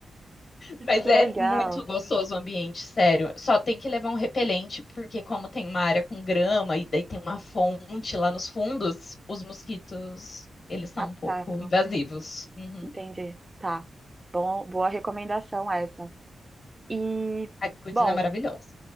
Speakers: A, on the left; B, on the right.
A: Mas
B: Que
A: é
B: legal.
A: muito gostoso o ambiente, sério. Só tem que levar um repelente, porque como tem uma área com grama e daí tem uma fonte lá nos fundos, os mosquitos, eles são
B: Atacam.
A: um pouco invasivos. Uhum.
B: Entendi. Tá. Bom, boa recomendação essa. E,
A: A Goodies
B: bom,
A: é maravilhosa.